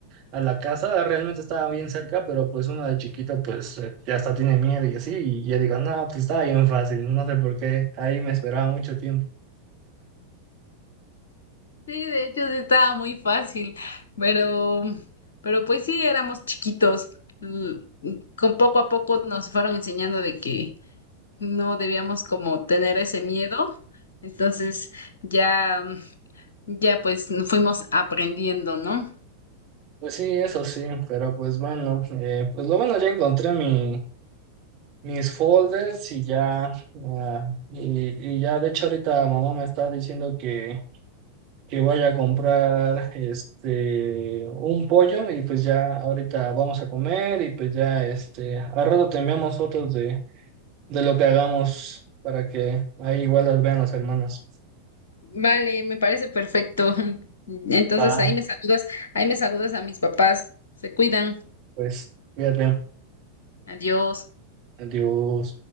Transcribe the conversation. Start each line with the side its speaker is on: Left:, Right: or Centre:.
Right: a la casa, realmente estaba bien cerca, pero pues uno de chiquito pues eh, ya hasta tiene miedo y así, y yo digo, no, pues estaba bien fácil, no sé por qué, ahí me esperaba mucho tiempo.
Left: sí, de hecho sí estaba muy fácil, pero, pero pues sí, éramos chiquitos, l- con poco a poco nos fueron enseñando de que no debíamos como tener ese miedo, entonces ya, ya pues fuimos aprendiendo, ¿no?
Right: Pues sí, eso sí, pero pues bueno, eh, pues lo bueno ya encontré mi mis folders y ya, ya, y, y ya de hecho ahorita mamá me está diciendo que, que vaya a comprar este un pollo y pues ya ahorita vamos a comer y pues ya este a rato te enviamos fotos de, de lo que hagamos para que ahí igual las vean las hermanas.
Left: Vale, me parece perfecto. <laughs> Entonces
Right: Va,
Left: ahí me saludas, ahí me saludas a mis papás. Se cuidan.
Right: pues cuídate.
Left: Adiós.
Right: Adiós.